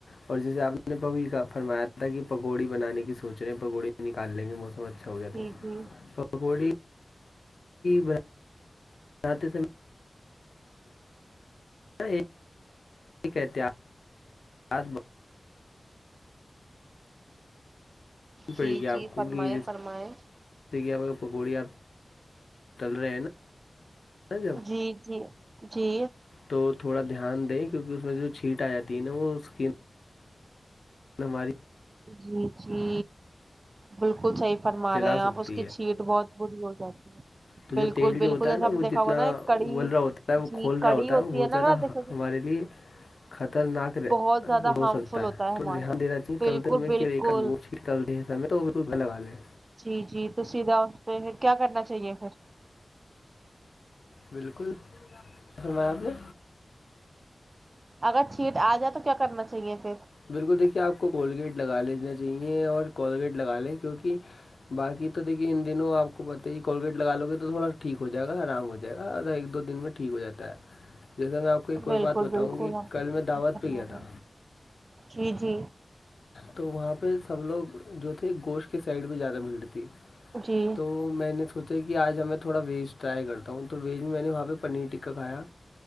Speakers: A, on the left; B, on the right.
A: اور جسے آپ نےی فرمایا تھا کہ پکوڑی بنانے کی سوچ رہے ہیں پکوڑی نکال لیں گے موسم اچھا ہو گیا
B: جی
A: تو
B: جی
A: پکوڑی بناتے سے میں احتط پڑے
B: جی
A: گی
B: جی
A: آپ کو
B: فرمائیں
A: کہ ج جیسے
B: فرمائیں
A: کہ آپ پکوڑی آپ تل رہے ہیں نا جب
B: جی جی جی
A: تو تھوڑا دھیان دیں کیونکہ اس میں جو چھیٹ آ جاتی ہے نا وہ اسکن ہم ہماری
B: جی جی بالکل صحیح فرما
A: جلا
B: رہے ہیں
A: سکتی
B: آپ اس کی
A: ہے
B: چیٹ بہت بری ہو جاتی ہے
A: تو
B: بالکل
A: جو تیل جو
B: بالکل
A: ہوتا
B: جیسا
A: ہے نا
B: ہم
A: وہ
B: نے دیکھا
A: جتنا
B: ہوگا نا ایک کڑی
A: ول رہا ہوتا ہے وہ
B: جی
A: کھول
B: کڑی
A: رہا ہوتا
B: ہوتی
A: ہے وہ بہت
B: نا
A: زیادہ ہ
B: دیکھا
A: ہمارے لیے خطرناک رہ
B: بہت زیادہ
A: ہو
B: ہارمفل
A: سکتا
B: ہوتا
A: ہے
B: ہمارے
A: تھوڑا دھیان
B: لیے۔
A: دینا چاہے
B: بالکل
A: چلتے
B: بالکل
A: کہ وہ فٹ چلتے ہیں سے تو بالکل لگا لیں
B: جی جی تو سیدھا اس پہ پھر کیا کرنا چاہیے پھر
A: بالکل فرمایاپ نے
B: اگر چھیٹ آ جائے تو کیا کرنا چاہیے پھر
A: بالکل دیکھیے آپ کو کولگیٹ لگا لینا چاہیے اور کولگیٹ لگا لیں کیونکہ باقی تو دیکے ان دنوں آپ کو پتہ ہی کہ کولگیٹ لگا لوے تو تھوڑا ٹھیک ہو جائے گا آرام ہو جائے گا اور ایک دو دن میں ٹھیک ہو جاتا ہے جیسا میں آپ کو ایک اور
B: بالکل
A: بات بتاؤں
B: بالکل
A: گی
B: آپ
A: کل
B: کو
A: میں دعوت
B: کرنا
A: پہ کیایا تھا
B: ہے۔ جی جی
A: تو وہاں پہ سب لوگ جو تھے گوشت کے سائڈ پہ زیادہ بھیڑ تھی
B: جی
A: تو میں نے سوچا کہ آج ہم میں تھوڑا ویج ٹرائی کرتا ہوں تو ویج میں نے وہاں پہ پنیر ٹکا کھیا